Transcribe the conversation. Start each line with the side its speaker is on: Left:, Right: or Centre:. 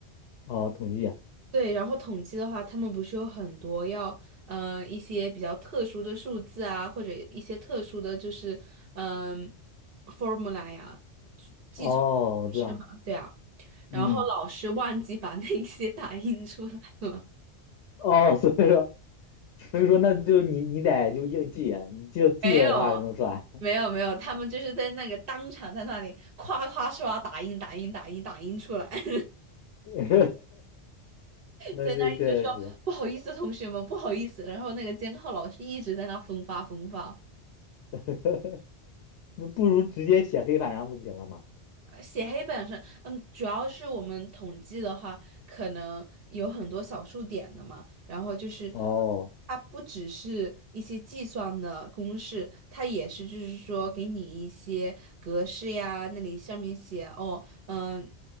Left: 哦，统计啊
Right: 对，然后统计的话，他们不是有很多要，呃，一些比较特殊的数字啊，或者一些特殊的就是，嗯、formula 呀，计算公式嘛，
Left: 哦，我知道，
Right: 对啊，
Left: 嗯，
Right: 然后老师忘记把那些打印出来了，
Left: 哦，<laughs> 所以说，所以说，那就你你得就硬记啊你就记得的话才能算，
Right: <laughs> 没有。没有没有，他们就是在那个当场在那里夸夸刷打印打印打印打印出来，<laughs>
Left: <laughs> 那这确实
Right: 在那一直说不好意思，同学们不好意思，然后那个监考老师一直在那分发分发。
Left: <laughs> 不不如直接写黑板上不就行了吗？
Right: 呃写黑板上，嗯，主要是我们统计的话，可能有很多小数点的嘛，然后就是
Left: 哦，
Right: 它不只是一些计算的公式，它也是就是说给你一些格式呀，那里上面写哦，嗯，